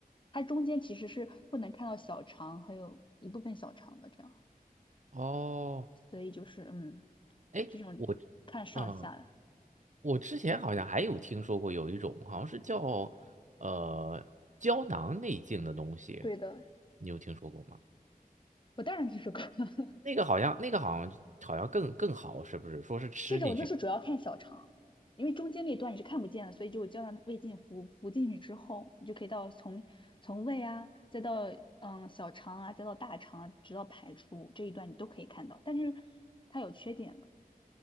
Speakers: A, on the left (about 30°); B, on the right (about 55°).
A: 它中间其实是不能看到小肠，还有一部分小肠的这样，
B: 哦，
A: 所以就是嗯，
B: 哎，
A: 这种看上下的。
B: 我，嗯，我之前好像还有听说过有一种，好像是叫呃胶囊内镜的东西，
A: 对的，
B: 你有听说过吗？
A: 我当然听说过。<laughs>
B: 那个好像，那个好像好像更更好，是不是？说是吃进去。
A: 这种就是主要看小肠，因为中间那段你是看不见的，所以就胶囊胃镜服服进去之后，你就可以到从从胃啊，再到嗯小肠啊，再到大肠啊，直到排出这一段你都可以看到。但是它有缺点的，